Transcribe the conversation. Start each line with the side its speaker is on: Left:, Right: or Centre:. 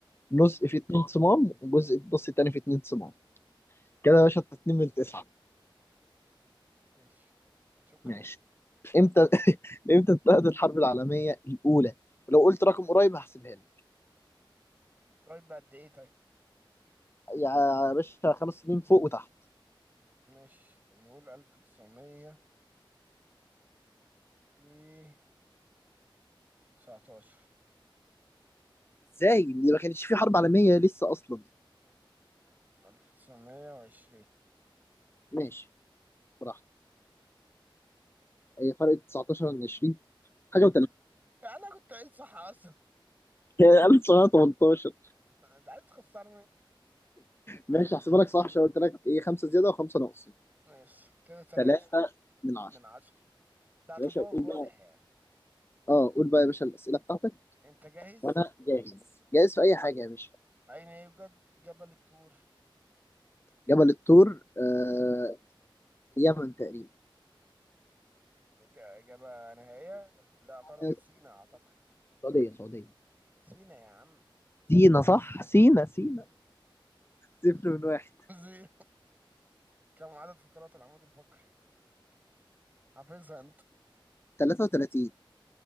Left: نص
Right: م-
Left: فيه اتنين صمام وجزء النص التاني فيه اتنين صمام كده يا باشا انت اتنين من تسعة
Right: ماشي شكرا
Left: ماشي امتى <laughs> امتى انتهت الحرب العالمية الأولى ولو قلت رقم قريب هحسبها لك
Right: قريب بقد إيه طيب؟
Left: يا باشا خمس سنين فوق وتحت
Right: ماشي نقول ألف تسعمية و تسعتاشر
Left: ازاي دي ما كانتش في حرب عالمية لسه أصلا
Right: ألف تسعمية وعشرين
Left: ماشي براحتك هي فرق 19 عن 20 حاجة و3
Right: أنا كنت قايل صح أصلا
Left: <laughs> 1918
Right: <laughs> أنت عايز تخسرني؟
Left: ماشي هحسبها لك صح عشان قلت لك ايه خمسة زيادة وخمسة ناقص
Right: ماشي كده تلاتة
Left: ثلاثة من عشرة
Right: من عشرة لا تفوق
Left: يا باشا قول
Right: واضح
Left: بقى
Right: يعني
Left: اه قول بقى يا باشا الأسئلة بتاعتك
Right: أنت جاهز؟
Left: وانا جاهز جاهز في اي حاجه يا باشا
Right: أين يوجد جبل الطور؟
Left: جبل الطور آه يمن تقريبا
Right: إج- إجابة نهائية؟ لا غلط
Left: آه،
Right: سينا أعتقد
Left: سعوديه سعوديه
Right: سينا يا عم
Left: سينا صح سينا سينا صفر من واحد
Right: <laughs> زيرو كم عدد فقرات العمود الفقري؟ حافظها انت
Left: 33